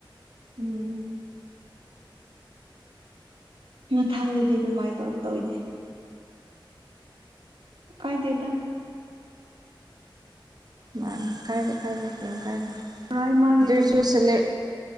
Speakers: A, on the right; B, on the right.
A: ꯎꯝ ꯃꯊꯪꯗꯗꯤ ꯑꯗꯨꯃꯥꯏ ꯇꯧꯗꯣꯏꯅꯦ ꯀꯥꯏꯗ‌ꯦꯗ
B: ꯃꯥꯅꯤ ꯀꯥꯏꯗ‌ꯦ ꯀꯥꯏꯗ‌ꯦ ꯀ‌ꯦꯝ ꯀꯥꯏꯗ
A: ꯃꯔꯥꯏ ꯃꯥꯒꯤ
B: ꯗ‌ꯣꯏꯁꯨ
A: ꯊꯕꯛ
B: ꯁ‌ꯦꯂꯦ